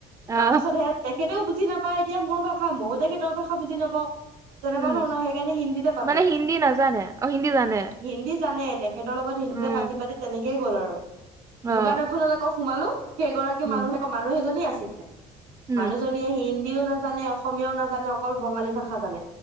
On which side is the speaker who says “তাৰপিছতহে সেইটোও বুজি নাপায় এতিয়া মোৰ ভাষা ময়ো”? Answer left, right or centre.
Right